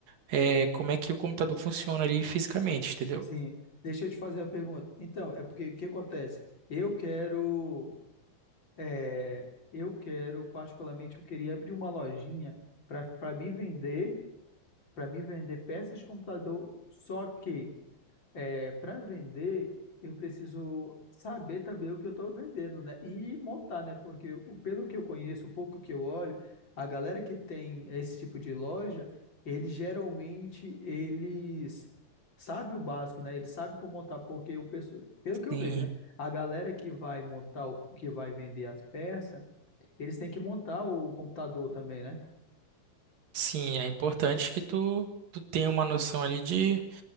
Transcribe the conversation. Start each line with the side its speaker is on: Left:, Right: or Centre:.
Right: eh, como é que o computador funciona ali fisicamente, entendeu?
Left: Sim, deixa eu te fazer a pergunta. Então, é porque o que acontece? Eu quero, é, eu quero particularmente, eu queria abrir uma lojinha para para mim vender, para mim vender peças de computador. Só que é, para vender, eu preciso saber também o que eu estou vendendo, né? E montar, né? Porque o- pelo que eu conheço, o pouco que eu olho, a galera que tem esse tipo de loja, eles geralmente eles sabem o básico, né? Eles sabem como montar, porque o pessoal, pelo que eu
Right: Tem
Left: vejo, né? A galera que vai montar, o, que vai vender as peças, eles têm que montar o computador também, né?
Right: Sim, é importante que tu, tu tenha uma noção ali de,